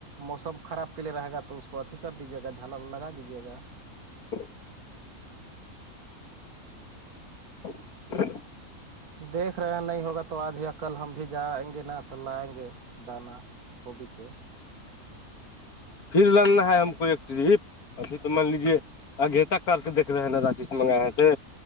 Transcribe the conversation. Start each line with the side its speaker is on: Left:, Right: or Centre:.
Right: موسم خراب کے لیے رہے گا تو اس کو اھی کر دیجیے گا جھل لگا دیجیے گا
Left: ب <inaudible>
Right: دیکھ رہے ہیں نہیں ہوگا تو آج ہی کل ہم بھی جائیں گے نا تو لائیں گے دانا گبھی کے
Left: پھر لڑنا ہے ہم کو ایک ٹرپ ابھی تو مان لیجے آگھی تک کر سے دھ رہے ہیں نا راجیش منگائے تھ